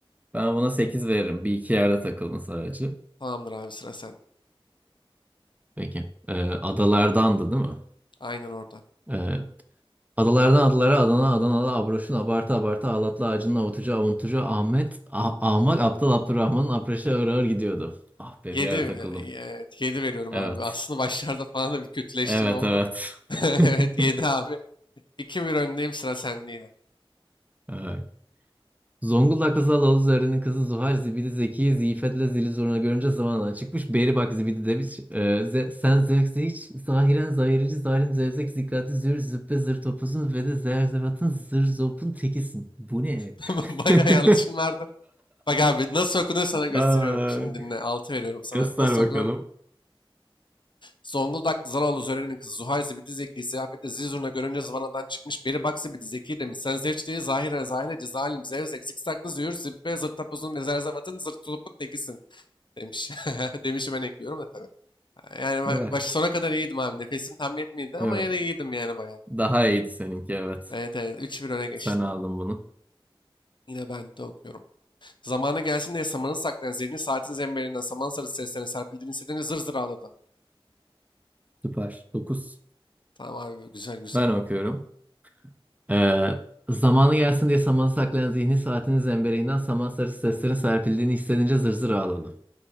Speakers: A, on the right (about 15°); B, on the left (about 55°).
A: Ben buna 8 veririm. Bir iki yerde takıldın sadece.
B: Tamamdır abi sıra sende.
A: Peki. Ee, adalardandı değil mi?
B: Aynen orada.
A: Ee, Adalardan adalara, Adana, Adanalı, Abroş'un abartı abartı, Ağlatlı, Acının avutucu, avuntucu, Ahmet, Ah- Ahmak, Aptal, Abdurrahman'ın apreşe ağır ağır gidiyordu. Ah be
B: Yedi,
A: bir ara
B: e,
A: takıldım.
B: e, evet, yedi veriyorum
A: Evet.
B: abi. Aslında başlarda falan da bir kötüleştin
A: Evet,
B: oldu.
A: evet. <laughs>
B: <laughs> Evet 7 abi. 2 bir öndeyim sıra sende yine.
A: Evet. Zonguldaklı Zalalı Zöhre'nin kızı Zuhal Zibidi Zeki'yi Ziyfet'le zili zoruna görünce zamanla çıkmış. Beri bak Zibidi demiş. e, ze- sen zevkse hiç zahiren zahirici zalim zevzek zikati zür züppe zır topuzun ve de zerzevatın zır zopun tekisin. Bu ne?
B: <laughs> Bayağı
A: <laughs>
B: yanlışın vardı. Bak abi nasıl okunur sana gösteriyorum.
A: Ay,
B: Şimdi dinle 6 veriyorum sana.
A: göster
B: Nasıl
A: bakalım.
B: okunur Zonguldak Zaloğlu Zören'in kızı Zuhay Zibidi Zeki'yi ziyafette zil zurna görünce zıvanadan çıkmış beri bak Zibidi Zeki'yi de misansevçliği zahire zahire cezalim zevzek zikzaklı züğür zibbe zırt tapuzun ve zerzavatın zırt tulupuk tekisin demiş. <laughs> Demişi ben ekliyorum da tabii. Yani
A: Neler?
B: başı sona kadar iyiydim abi. Nefesim tam yetmedi ama
A: Evet.
B: yine iyiydim yani bayağı.
A: Daha iyiydi seninki evet.
B: Evet evet üç bir öne geçtim
A: Sen aldın
B: abi.
A: bunu.
B: Yine ben de okuyorum. Zamanı gelsin diye samanı saklayan zihni saatin zemberinden saman sarısı seslerine serpildiğini hissedince zır zır ağladı.
A: Süper. Dokuz.
B: Tamam abi güzel güzel.
A: Ben okuyorum. Ee, zamanı gelsin diye samanı saklayan zihni saatinin zembereğinden saman sarısı seslerin serpildiğini hissedince zır zır ağladı.